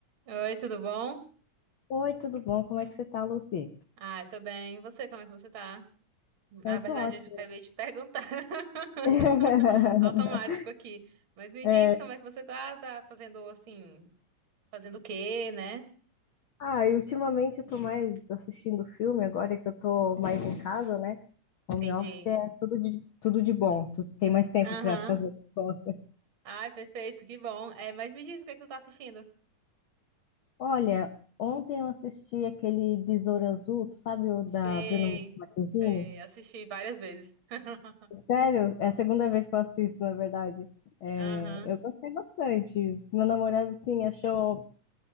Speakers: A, on the right; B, on the left.
A: Oi, tudo bom?
B: Oi, tudo bom? Como é que você tá, Lucy?
A: Ah, eu tô bem. E você, como é que você tá? Na
B: Eu
A: verdade,
B: tô ótima.
A: eu acabei de perguntar. <laughs>
B: <laughs>
A: Automático aqui. Mas me
B: É,
A: diz como é que você tá? Tá fazendo assim, fazendo o quê, né?
B: Ah, e ultimamente eu tô mais assistindo filme, agora que eu tô mais em casa, né? Home
A: Entendi.
B: office é tudo de, tudo de bom. Tu tem mais tempo
A: Aham.
B: pra fazer o que tu gosta.
A: Ai, perfeito, que bom. É, mas me diz o que é que tu tá assistindo.
B: Olha, ontem eu assisti aquele Besouro Azul, tu sabe o da
A: Sei,
B: Bruna Marquezine?
A: sei, assisti várias vezes. <laughs>
B: Sério, é a segunda vez que eu assisto, na verdade. É,
A: Aham.
B: eu gostei bastante. Meu namorado, assim, achou